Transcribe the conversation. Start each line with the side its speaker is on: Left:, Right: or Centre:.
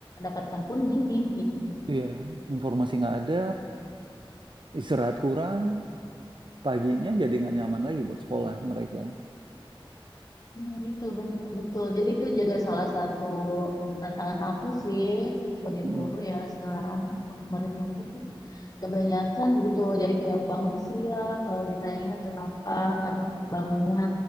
Left: dapatkan pun minim gitu.
Right: Iya, informasi nggak ada, istirahat kurang, paginya jadi nggak nyaman lagi buat sekolah mereka.
Left: Nah, itu bener, betul. Jadi itu juga
Right: Wow.
Left: salah satu mm, tantangan aku sih sebagai
Right: Mm-mm.
Left: guru ya sekarang murid-murid aku tuh kebanyakan gitu. Jadi kayak bangun siang kalau ditanya kenapa karena bangunnya